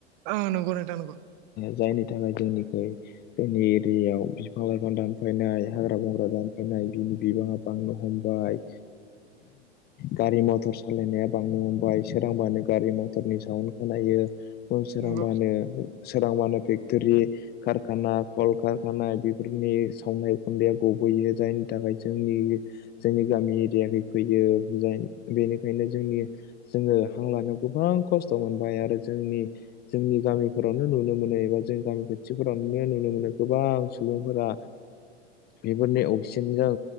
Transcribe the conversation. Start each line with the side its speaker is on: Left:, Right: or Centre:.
Right: औ नंगौ न दा नंगौ।
Left: जायनि थाखाय जोंनिख जोंनि एरियाायाव बिफां लाइफां दानफायनाय हाग्रा बंग्रा दान फैनाय बिनि बिबाङा बांनो हमबाय गारि मथर सालायनाया बांनो हमबाय सोरांबानो गारि मथरनि साउन्ड खोनायो। सोरांबानो
Right: नंगौ
Left: सोरांबानो फेक्ट'रि कारखाना खल कारखानाया बेफोरनि सावनाय खुन्दया गुबुन जायनि थाखाय ज जोंनि गामि एरियै फैयो बेनिखायनो ज जोङो हां लानायाव गोबां खस्थ' मोनबाय आरो जोंनि जोंनि गामिफोर ावनो नुनो मोनो एबा जोंनि गामि खाोथिफोरावनो नुनो मोनो गोबां सुबुंफोरा। बेफोरनि अक्सिजेनजों